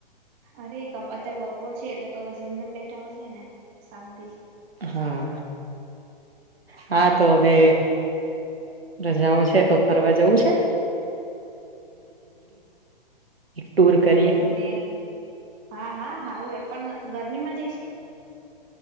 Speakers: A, on the right; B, on the right.
A: અરે અત્યારે બપોર છે એટલે તો હવે જમીને જ બેઠા હોઈએ ને શાંત
B: હા હા
A: એટલે
B: તો બે રજાઓ છે તો ફરવા જવું છે? એક ટુર
A: હા
B: કરીએ
A: તો તમે હા હા હા હવે પન ગરમીમાં જઈશું?